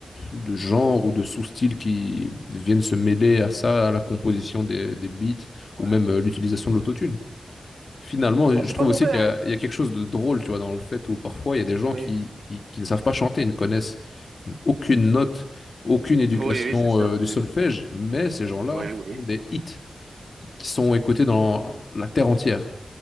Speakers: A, on the left; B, on the right.
A: de genres ou de sous-styles qui viennent se mêler à ça, à la composition des, des beats,
B: Ouais,
A: ou même
B: ouais.
A: euh, l'utilisation de l'autotune. Finalement, je
B: Non, c'est
A: trouve
B: pas mauvais,
A: aussi qu'il
B: hein.
A: y a, il y a quelque chose de drôle, tu vois, dans le fait où parfois il y a des gens
B: Oui.
A: qui, qui, qui ne savent pas chanter, ils ne connaissent aucune note, aucune éducation
B: Oui, oui, c'est certes
A: euh, du
B: de...
A: solfège, mais ces gens-là
B: Oui, oui.
A: font des hits qui sont écoutés dans la terre entière.